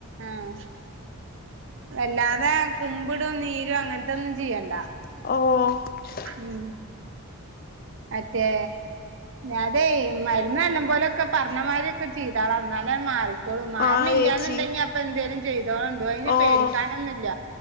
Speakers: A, on the right; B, on the left.
A: ആഹ് അല്ലാതെ കുമ്പിടും നീരും അങ്ങനത്തൊന്നും ചെയ്യണ്ട
B: ഓഹ
A: ഉം മറ്റേ അതെ മരുന്ന് എല്ലാപോലൊക്കെ പറഞ്ഞമാതിരിയൊക്കെ ചെയ്താള എന്നാലെ മാറി മാറിനില്ലാന്നുണ്ടെങ്കി
B: ആഹ് ചേച്ചി
A: അപ്പൊ എന്തേലും ചെയ്തോളുണ്ടോ അയിന്
B: ഓഹ്
A: പേടിക്കാൻ അങ്ങനെന്നില്ല